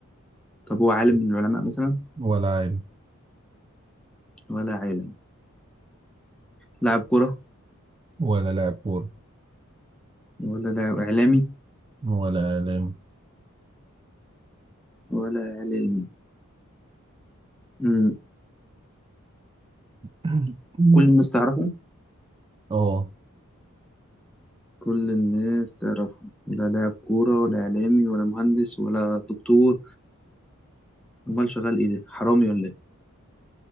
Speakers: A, in the centre; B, on the right (about 20°).
A: طب هو عالم من العلماء مثلا
B: ولا عالم
A: ولا عالم لاعب كرة
B: ولا لاعب كورة
A: ولا لاعب إعلامي
B: ولا إعلام
A: ولا إعلامي مم.
B: <clears throat>
A: كل الناس تعرفه
B: <coughs> اه
A: كل الناس تعرفه ولا لاعب كورة ولا إعلامي ولا مهندس ولا دكتور أمال شغال إيه ده حرامي ولا إيه